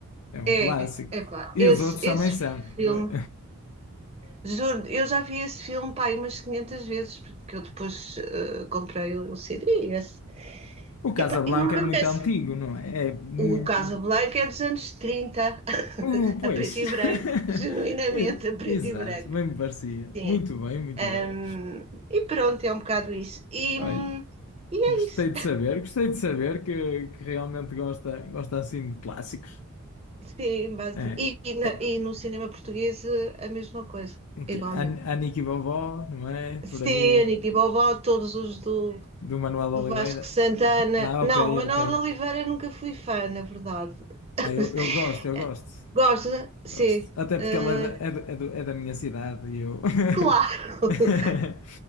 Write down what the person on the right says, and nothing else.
É,
é epá,
esse,
esse
filme,
juro, eu já vi esse filme pá, aí umas 500 vezes, porque eu depois eh, comprei o CD. e Esse.
Epá,
e não acontece.
O Casablanca é dos anos 30 <laughs>
a preto e branco, genuinamente
a preto
e branco.
Sim.
Ahm,
e pronto, é um bocado isso. E,
hum, e
é isso.
Sim, base.
E, e na-
e no cinema português eh, a mesma coisa,
igualmente.
Sim,
Anita e Bobó, todos os do,
do
Vasco Santana.
Não,
Manuel
de Oliveira nunca fui fã, na verdade. <laughs>
Gosta? Sim.
Eh,
claro. <laughs>